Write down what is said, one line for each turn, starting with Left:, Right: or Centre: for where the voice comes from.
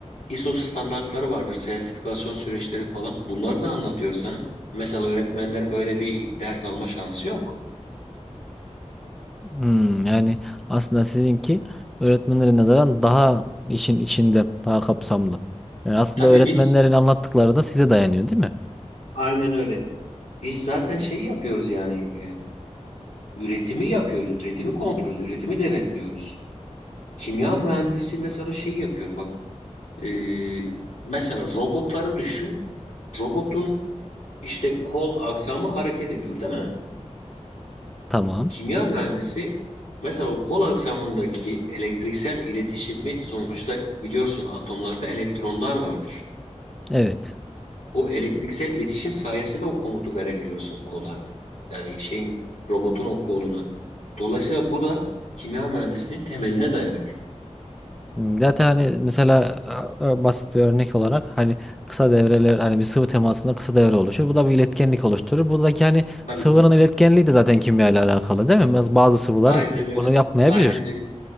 Left: ISO standartları vardır, sertifikasyon süreçleri falan. Bunları da anlatıyor sana. Mesela öğretmenlerin böyle bir ders alma şansı yok.
Centre: Hmm, yani aslında sizinki öğretmenlere nazaran daha işin içinde, daha kapsamlı. Yani aslında
Left: Tabii
Centre: öğretmenlerin
Left: biz
Centre: anlattıkları da size dayanıyor, değil mi?
Left: Aynen öyle. Biz zaten şeyi yapıyoruz yani e, üretimi yapıyoruz, üretimi kontrol ediyoruz, üretimi denetliyoruz. Kimya mühendisi mesela şeyi yapıyor bak. e, mesela robotları düşün. Robotun işte kol aksamı hareket ediyor değil mi?
Centre: Tamam.
Left: Kimya mühendisi mesela o kol aksamındaki elektriksel iletişimi sonuçta biliyorsun atomlarda elektronlar vardır.
Centre: Evet.
Left: O elektriksel iletişim sayesinde o komutu verebiliyorsun kola. Yani şeyin robotun o koluna. Dolayısıyla bu da kimya mühendisliğinin temeline dayanıyor.
Centre: Hmm, Zaten hani mesela a- a- basit bir örnek olarak hani kısa devreler hani bir sıvı temasında kısa devre oluşur. Bu da bir iletkenlik oluşturur. Buradaki hani
Left: Tabii
Centre: sıvının
Left: ki.
Centre: iletkenliği de zaten kimya ile alakalı değil mi? Baz- Bazı sıvılar
Left: Aynen
Centre: bunu
Left: öyle.
Centre: yapmayabilir.
Left: Aynen öyle.